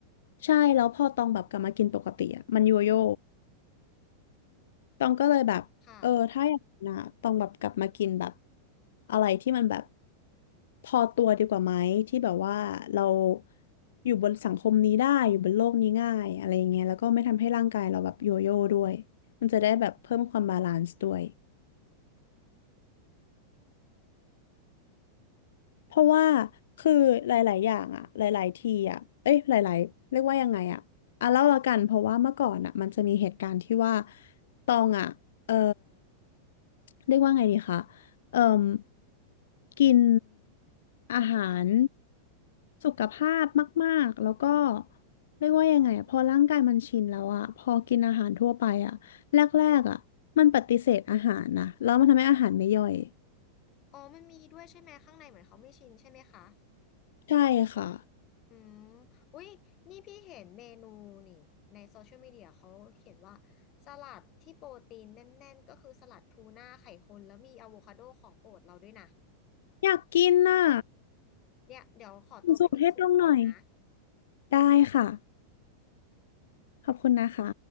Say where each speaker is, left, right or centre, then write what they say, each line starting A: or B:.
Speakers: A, on the left; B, on the left.
A: ใช่แล้วพอตองแบบกลับมากินปกติอ่ะมันโยโย่ ตองก็เลยแบบเออถ้าอย่างนั้นนะตองแบบกลับมากินแบบ
B: ค่ะ
A: อะไรที่มันแบบพอตัวดีกว่าไหมที่แบบว่าเราอยู่บนสังคมนี้ได้อยู่บนโลกนี้ง่ายอะไรอย่างเงี้ยแล้วก็ไม่ทำให้ร่างกายเราแบบโยโย่ด้วยมันจะได้แบบเพิ่มความบาลานซ์ด้วย เพราะว่าคือหลายๆอย่างอะหลายๆทีอะเอ้ยหลายๆเรียกว่ายังไงอะอ่ะเล่าละกันเพราะว่าเมื่อก่อนอะมันจะมีเหตุการณ์ที่ว่าตองอะเออเรียกว่าไงดีคะเอ่มกินอาหาร
B: ค่ะ
A: สุขภาพมากๆ แล้วก็เรียกว่ายังไงอะพอร่างกายมันชินแล้วอะพอกินอาหารทั่วไปอะแรกๆอะมันปฏิเสธอาหารนะแล้วมันทำให้อาหารไม่ย่อย
B: อ๋อมันมีด้วยใช่ไหมข้างในเหมือนเขาไม่ชินใช่ไหมคะ
A: ใช่ค่ะ
B: อืมอุ้ยนี่พี่เห็นเมนูนี่ในโซเชียลมีเดียเขาเขียนว่าสลัดที่โปรตีนแน่นๆก็คือสลัดทูน่าไข่คนแล้วมีอะโวคาโดของโปรดเราด้วยนะ
A: อยากกินน่ะ
B: เนี่ยเดี๋ยวขอตัวไปจดสูตรก่อนนะ
A: คุณสุเทพลงหน่อยได้ค่ะขอบคุณนะคะ